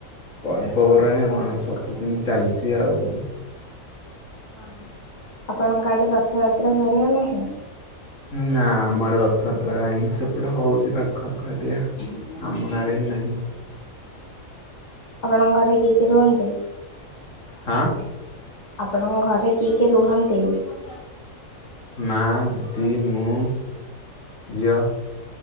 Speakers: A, on the left; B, on the left.
A: ପର୍ବପର୍ବାଣୀ ଆଉ କଣ, ସବୁଦିନ ଚାଲିଚି ଆଉ।
B: ହଁ, ଆପଣଙ୍କ ଆଡେ ରଥଯାତ୍ରା ହୁଏ ନା ନାହିଁ?
A: ନା, ଆମ ଆଡ଼େ ରଥଯାତ୍ରା ନାହିଁ, ସେପଟେ ହଉଛି ପାଖ ଆଖ ଏରିଆ। ଆମ ଗାଁରେ ହିଁ ନାହିଁ।
B: ଆପଣଙ୍କ ଘରେ କିଏ କିଏ ରୁହନ୍ତି?
A: ହାଁ?
B: ଆପଣଙ୍କ ଘରେ
A: ଏ
B: କିଏ
A: ଯୋଉ
B: କିଏ
A: ଏଥରକ
B: ରୁହନ୍ତି?
A: ଖୁଡି ପ ମା, ଦିଦି, ମୁଁ, ଝିଅ